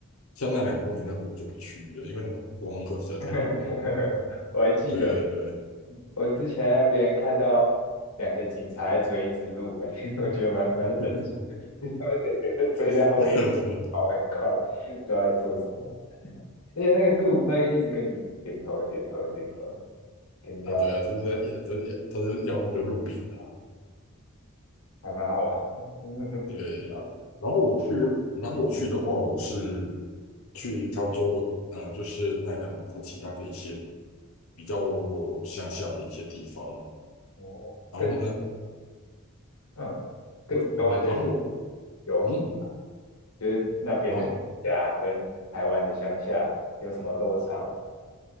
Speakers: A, on the left; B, on the left.
A: 像那两个公园那个我就不去了，因为那个观光客实在太多了。
B: <laughs> 我还记得。
A: 对对
B: 我之前让别人看到两个警察在追一只鹿、哎，<laughs> 我觉得蛮蛮神奇的，
A: 对，<laughs>
B: <laughs> 他们两个在追在后面
A: 对对
B: 跑很快，不知道在做什么，而且那个鹿会一直跟你点头点头点头，跟你要
A: 啊，对啊，就是在也在也他是要那个路饼啊，
B: 还蛮好玩的。嗯哼，
A: 对啊。然后我去，然后我去的话，我是去他周围，呃，就是奈良他其他的一些比较乡下的一些地方，
B: 哦，
A: 然后呢，
B: 跟嗯跟台湾的
A: 我嗯，然后我
B: 有什么？
A: 嗯
B: 就是那边的家跟台湾的乡下有什么落差吗？
A: 啊，